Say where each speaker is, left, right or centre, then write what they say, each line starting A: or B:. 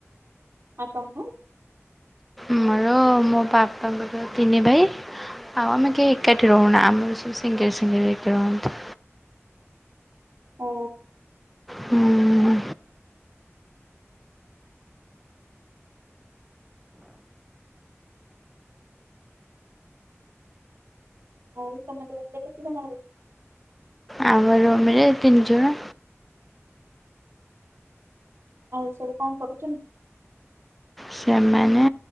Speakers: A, on the right; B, in the centre.
A: ଆଉ ତମର?
B: ଆମର ମୋ ବାପାଙ୍କର ତିନି ଭାଇ। ଆଉ ଆମେ କେହି ଏକାଠି ରହୁନା ଆମର ସବୁ ସିଙ୍ଗିଲ୍ ସିଙ୍ଗିଲ ହେଇକି ରହନ୍ତି।
A: ଓ
B: ହୁଁ
A: ଆଉ ତମର କେତେ ଜଣ ଭାଇ?
B: ଆମର ଆମେ ଏ ତିନିଜଣ।
A: ଆଉ ସବୁ କଣ କରୁଛନ୍ତି?
B: ସେମାନେ